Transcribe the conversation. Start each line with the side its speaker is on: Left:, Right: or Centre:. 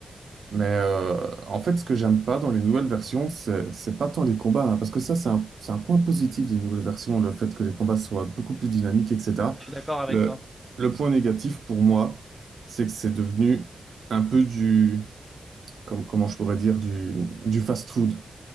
Right: mais euh, en fait ce que j'aime pas dans les nouvelles versions, c'est c'est pas tant les combats, hein, parce que ça c'est un, c'est un point positif des nouvelles versions, le fait que les combats soient beaucoup plus dynamiques, etc.
Centre: je suis d'accord avec
Right: Le,
Centre: toi.
Right: le point négatif pour moi, c'est que c'est devenu un peu du, comme, comment je pourrais dire, du, du fast-food.